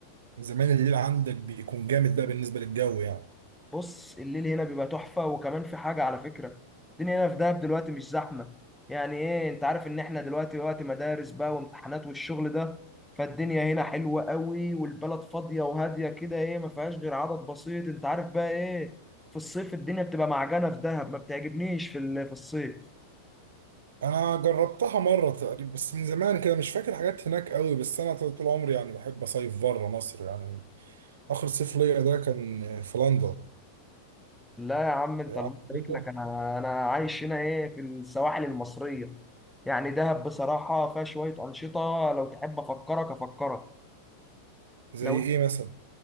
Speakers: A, on the right; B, in the centre.
A: زمان الليل عندك بيكون جامد ده بالنسبه للجو يعني
B: بص الليل هنا بيبقى تحفة وكمان في حاجة على فكرة الدنيا هنا في دهب دلوقتي مش زحمة يعني ايه انت عارف ان احنا دلوقتي وقت مدارس بقى وامتحانات والشغل ده فالدنيا هنا حلوة قوي والبلد فاضية وهادية كده ايه ما فيهاش غير عدد بسيط انت عارف بقى ايه في الصيف الدنيا بتبقى معجنة في دهب ما بتعجبنيش في ال- في الصيف
A: انا جربتها مره تقريبا بس من زمان كده مش فاكر حاجات هناك قوي بس انا طول عمري يعني بحب اصيف بره مصر يعني اخر صيف ليا ده كان في لندن
B: لا يا عم انت
A: عارف
B: الله يبارك
A: لندن
B: لك انا انا عايش هنا ايه في السواحل المصرية يعني دهب بصراحة فيها شوية أنشطة لو تحب أفكرك أفكرك
A: زي
B: لو
A: ايه مثلا